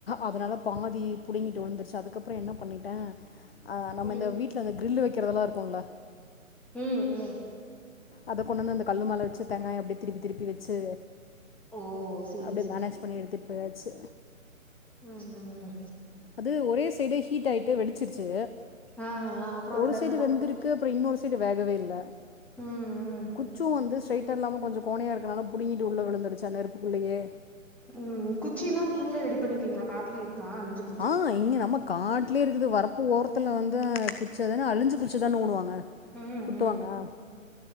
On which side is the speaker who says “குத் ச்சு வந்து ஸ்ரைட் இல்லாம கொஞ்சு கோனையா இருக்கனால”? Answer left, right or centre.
Left